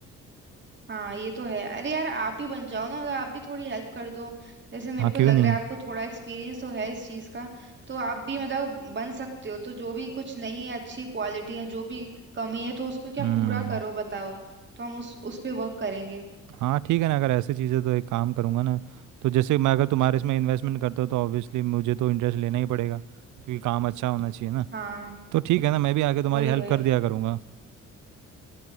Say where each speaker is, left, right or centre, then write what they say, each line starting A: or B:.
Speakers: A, on the right; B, on the right.
A: हाँ ये तो है अरे यार आप ही बन जाओ ना मतलब आप भी थोड़ी हेल्प कर दो जैसे मेरे
B: हाँ
A: को
B: क्यों
A: लग
B: नहीं
A: रहा है आपको थोड़ा एक्सपीरियंस तो है इस चीज़ का तो आप भी मतलब बन सकते हो तो जो भी कुछ नहीं है अच्छी क्वालिटी है जो भी कमी है तो उसको क्या
B: हम्म
A: पूरा करो बताओ तो हम उस उस पे वर्क करेंगे
B: हाँ ठीक है ना अगर ऐसी चीज़ें तो एक काम करूँगा ना तो जैसे मैं अगर तुम्हारे इसमें इन्वेस्टमेंट करता हूँ तो ऑब्वियसली मुझे तो इंटरेस्ट लेना ही पड़ेगा क्योंकि काम अच्छा होना चाहिए ना
A: हाँ
B: तो ठीक है ना मैं भी आके तुम्हारी
A: वही
B: हेल्प
A: वही
B: कर दिया करूँगा